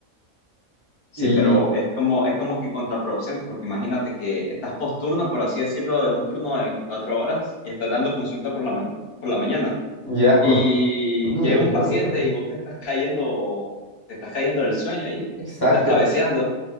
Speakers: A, on the left; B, on the left.
A: Sí,
B: Y
A: pero es como, es como que contraproducente, porque imagínate que estás posturno, por así decirlo, de un turno de 24 horas y estás dando consulta por la ma- por la mañana.
B: ya
A: Y
B: con turnos
A: llega
B: de 24
A: un paciente
B: horas.
A: y vos te estás cayendo, te estás cayendo del sueño ahí
B: Exacto.
A: y estás cabeceando.